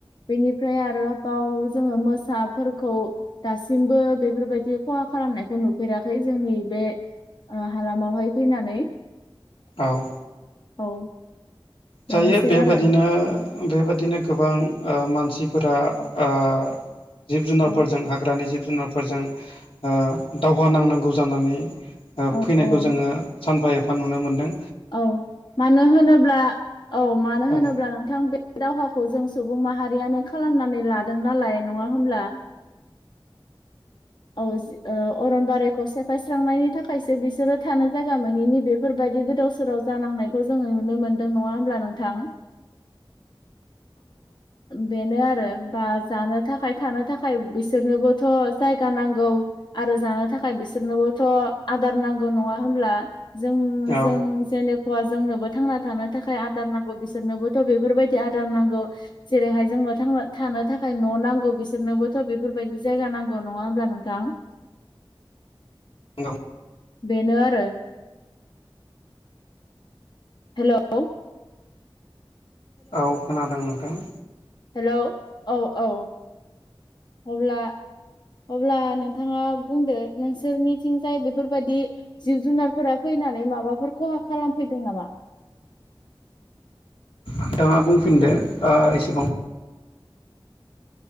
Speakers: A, on the left; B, on the left.
A: बेनिफ्राय आरो बाव जोङो मोसाफोरखौ दासिमबो बेफोरबायदि खहा खालामनायखौ नुफेराखै जोंनि बे ओ हालामावहाय फैनानै
B: औ।
A: औ। बेनोसै
B: दायो बेबादिनो
A: आरो
B: बेबादिनो गोबां ओ मानसिफोरा ओ जिब जुनारफोरजों
A: औ
B: हाग्रानि जिब जुनारफोरजों ओ दावहा नांनांगौ जानानै ओ
A: औ
B: फैनायखौ
A: औ
B: जोङो सानफा एफा नुनो मोनदों‌।
A: औ मानो होनोब्ला औ मानो होनोब्ला
B: ओ औ
A: नोंथां बे बे दावहाखौ जों सुबुं माहारियानो खालामनानै लादों नालाय नङा होमब्ला? <unintelligible> ओ अरनबारिखौ सेफायस्रांनायनि थाखायसो बिसोरो थानो जायगा मनि बेफोरबायदि गोदाव बोसोराव जानांनायखौ जोङो नुनो मोन्दों नङा होनब्ला नोंथां? बेनो आरो बास जानो थाखाय थानो थाखाय बिसोरनोबोथ' जायगा नांगौ आरो जानो थाखाय बिसोरनोबोथ' आदार नांगौ नङा होमब्ला जों
B: औ
A: जों जेनोखया जोंनोबो थांना थानो थाखाय आदार नांगौ बिसोरनोबोथ' बेफोरबायदि आदार नांगौ। जेरैहाय जोंनो थांनो थानो थाखाय न' नांगौ बिसोरनोबोथ' बेफोरबायदि जायगा नांगौ नङा होमब्ला नोंथां?
B: औ
A: बेनो आरो। हेलौ।
B: औ खोनादों नोंथां।
A: हेल' औ औ। अब्ला अब्ला नोंथाङा बुंदो नोंसोरनि थिंजाय बेफोरबायदि जिब जुनारफोरा फैनानै माबाफोर खहा खालामफैदों नामा?
B: नोंथाङा बुंफिनदो ओ एसेबां